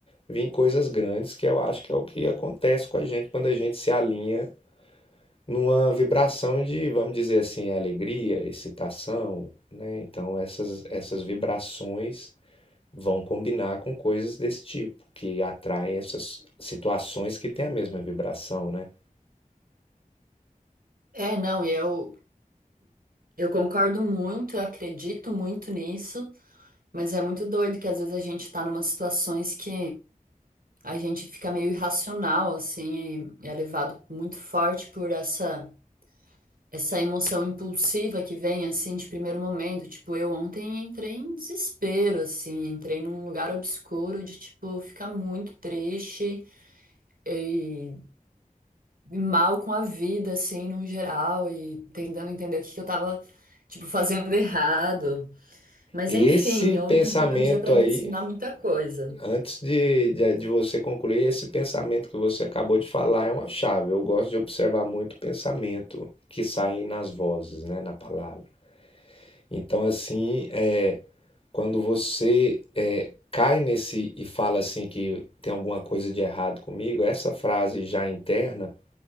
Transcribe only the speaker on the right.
É, não, e eu, eu concordo muito, eu acredito muito nisso, mas é muito doido que às vezes a gente tá numas situações que a gente fica meio irracional, assim, e é levado muito forte por essa. essa emoção impulsiva que vem assim de primeiro momento. Tipo, eu ontem entrei em desespero, assim, entrei num lugar obscuro de tipo ficar muito triste e e mal com a vida, assim, no geral, e tentando entender o que que eu tava. Tipo, fazendo errado. Mas
enfim, ontem
foi um dia pra me
ensinar muita coisa.